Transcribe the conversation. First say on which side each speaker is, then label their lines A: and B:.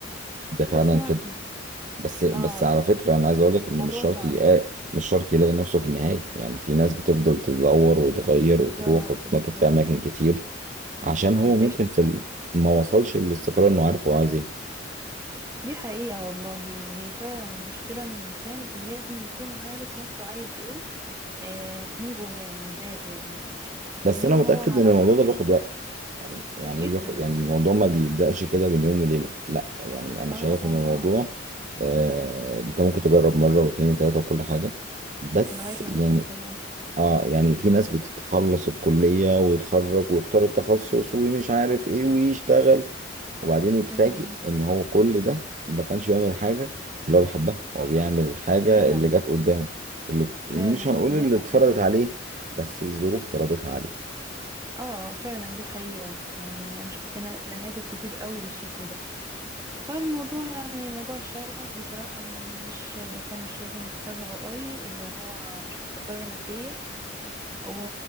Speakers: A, on the right; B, on the right.
A: ده فعلا
B: بس انا
A: كده بس بس
B: اه بس
A: على فكرة أنا عايز أقول لك إن
B: موضوع
A: مش شرط
B: صعب
A: يلاقي مش شرط يلاقي نفسه في النهاية يعني في ناس بتفضل تدور وتغير
B: بالظبط
A: وتروح وتتنطط
B: بالظبط
A: في أماكن كتير عشان هو
B: ما بتلاقيش
A: ممكن
B: نفسها
A: في ال... ما وصلش للاستقرار إنه عارف هو عايز إيه
B: دي حقيقة والله هي فعلا المشكلة ان الانسان لازم يكون عارف نفسه عايز ايه آه، من جواه من ذاته يعني
A: بس
B: انما
A: أنا متأكد
B: هو على
A: إن الموضوع
B: الله حكايته
A: ده بياخد وقت يعني يعني
B: جدا
A: إيه بياخد يعني الموضوع
B: م-م.
A: ما بيبدأش كده بين يوم وليلة لا يعني
B: اه
A: أنا شايف
B: اه اه
A: إن الموضوع آه... أنت ممكن تجرب مرة واتنين وتلاتة وكل حاجة بس
B: لغاية لما
A: يعني
B: توصل اه
A: اه يعني في ناس بتتخلص الكلية ويتخرج ويختار التخصص ومش عارف ايه ويشتغل وبعدين يتفاجئ
B: م-م.
A: ان هو كل ده ما كانش بيعمل حاجة اللي هو بيحبها هو بيعمل الحاجة
B: فعلا
A: اللي جت قدامه اللي مش
B: فعلا
A: هنقول
B: دي
A: اللي
B: حقيقة
A: اتفرضت عليه بس الظروف فرضتها عليه
B: اه آه، فعلا دي حقيقة يعني انا شفت نا- نماذج كتير قوي بالشكل ده فالموضوع يعني موضوع الشغف بصراحة مش الانسان مش لازم يتبعه قوي اذا هو مش مستقر ماديا و...